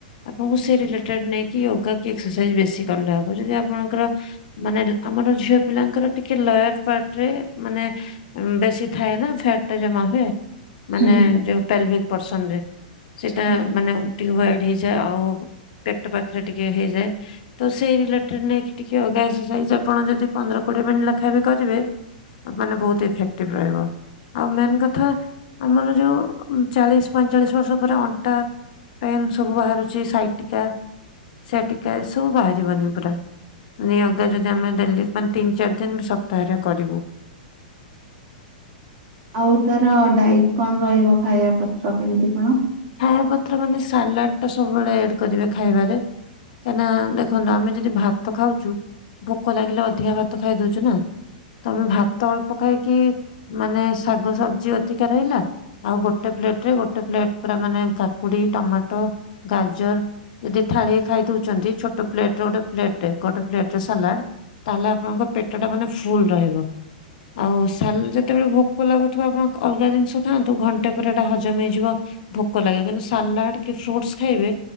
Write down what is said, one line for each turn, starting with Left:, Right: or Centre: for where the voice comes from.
Left: ଆପଣଙ୍କୁ ସେ ରିଲେଟେଡ୍ ନେଇକି ୟୋଗା କି ଏକ୍ସରସାଇଜ୍ ବେଶୀ କଲେ ହବ ଯଦି ଆପଣଙ୍କର ମାନେ ଆମର ଝିଅ ପିଲାଙ୍କର ଟିକେ ଲୟାର୍ ପାର୍ଟ ରେ ମାନେ ବେଶୀ ଥାଏ ନା ଫ୍ୟାଟ୍ ଟା ଜମା ହୁଏ। ମାନେ
Right: ହୁଁ
Left: ଯଉ ପେଲ୍ଵେ ପର୍ସନ୍ ରେ ସେଟା
Right: ହଁ।
Left: ମାନେ ଟ୍ୟୁବୱାଇଟ ହେଇଯାଏ ଆଉ ପେଟ ପାଖେରେ ଟିକେ ହେଇଯାଏ। ତ ସେଇ ରିଲେଟେଡ୍ ନେଇକି ଟିକେ ୟୋଗା ଏକ୍ସରସାଇଜ୍ ଆପଣ ଯଦି ପନ୍ଦର କୋଡିଏ ମିନିଟ୍ ଲେଖାଏଁ ବି କରିବେ ମାନେ ବହୁତ୍ ଇଫେକ୍ଟିଭ୍ ରହିବ। ଆଉ ମେନ୍ କଥା ଆମର ଯଉ ଚାଳିଶ୍ ପଇଁଚାଳିଶ୍ ବର୍ଷ ପରେ ଅଣ୍ଟା ପେନ୍ ସବୁ ବାହାରୁଚି ସାଇଟିକା ସାଇଟିକା ଏସବୁ ବାହାରିବନି ପୁରା। ନି ୟୋଗା ଯଦି ଆମେ ଡେଲି ମାନେ ତିନି ଚାରି ଦିନ ବି ସପ୍ତାହରେ କରିବୁ।
Right: ଆଉ ତାର ଡାଇଟ୍ କଣ ରହିବ ଖାଇବା ପତ୍ର କେମିତି କଣ?
Left: ଖାଇବା ପତ୍ର ମାନେ ସାଲାଡ୍ ଟା ସବୁବେଳେ ଆଡ୍ କରିବେ ଖାଇବାରେ କାହିଁକିନା ନା ଦେଖନ୍ତୁ ଆମେ ଯଦି ଭାତ ଖାଉଚୁ ଭୋକ ଲାଗିଲେ ଅଧିକା ଭାତ ଖାଇଦଉଚୁ ନା ତମେ ଭାତ ଅଳ୍ପ ଖାଇକି ମାନେ ଶାଗ ସବ୍ଜି ଅଧିକା ରହିଲା ଆଉ ଗୋଟେ ପ୍ଲେଟ୍ ରେ ଗୋଟେ ପ୍ଲେଟ୍ ପୁରା ମାନେ କାକୁଡି, ଟମାଟୋ, ଗାଜର୍ ଯଦି ଥାଳିଏ ଖାଇ ଦଉଚନ୍ତି ଛୋଟ ପ୍ଲେଟ୍ ରେ ଗୋଟେ ପ୍ଲେଟ୍ -ଗୋଟେ ପ୍ଲେଟ୍ ରେ ସାଲାଡ୍ ତାହେଲେ ଆପଣଙ୍କ ପେଟ ଟା ମାନେ ଫୁଲ୍ ରହିବ। ଆଉ ସାଲ୍- ଯେତେବେଳେ ଭୋକ ଲାଗୁଥିବ ଆପଣ ଅଲଗା ଜିନିଷ ଖାଆନ୍ତୁ ଘଣ୍ଟେ ପରେ ଏଟା ହଜମ ହେଇଯିବ ଭୋକ ଲାଗେ କିନ୍ତୁ ସାଲାଡ୍ କି ଫ୍ରୁଟସ୍ ଖାଇବେ